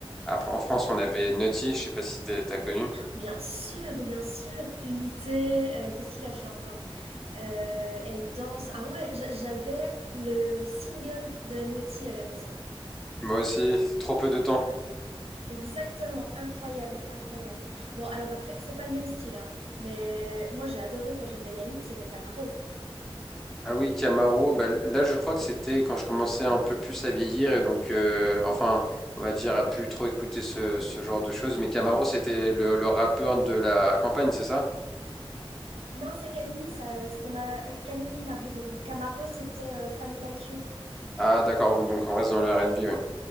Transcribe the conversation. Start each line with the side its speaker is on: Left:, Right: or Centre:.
Centre: Après, en France, on avait Nutty, je sais pas si t'as t'as connu.
Right: Bien sûr, bien sûr. Unité, euh, qu'est-ce qu'il a fait encore? Euh, elle danse. Ah ouais, j'a- j'avais le single de Nutty à la maison.
Centre: Moi aussi, trop peu de temps.
Right: Ah Exactement, incroyable, incroyable. Bon, alors après, c'est pas le même style, hein, mais moi j'ai adoré quand j'étais gamine, c'était Camaro.
Centre: Ah oui, Camaro, bah, là je crois que c'était quand je commençais un peu plus à vieillir et donc, euh, enfin, on va dire, à plus trop écouter ce, ce genre de choses. Mais Camaro,
Right: Ouais.
Centre: c'était le, le rappeur de la campagne, c'est ça?
Right: Non, c'est Camini, ça, euh, c'était ma... euh, Camini, Marley Gaumont. Camaro, c'était euh, Fine Like You.
Centre: Ah d'accord, oui, donc on reste dans le R&B, oui.